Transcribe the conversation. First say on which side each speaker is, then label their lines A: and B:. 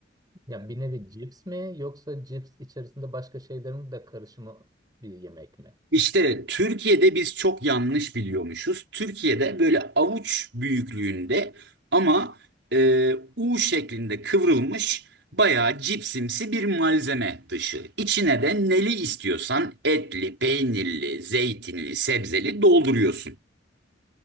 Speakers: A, on the right; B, on the right.
A: Ya bir nevi cips mi yoksa cips içerisinde başka şeylerin de karışımı bir yemek mi?
B: İşte Türkiye'de biz çok yanlış biliyormuşuz. Türkiye'de böyle avuç büyüklüğünde ama e, U şeklinde kıvrılmış bayağı cipsimsi bir malzeme dışı. İçine de neli istiyorsan etli, peynirli, zeytinli, sebzeli dolduruyorsun.